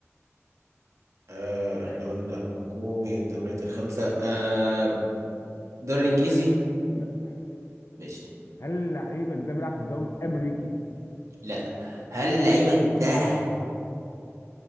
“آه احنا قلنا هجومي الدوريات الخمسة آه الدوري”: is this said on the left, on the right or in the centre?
Right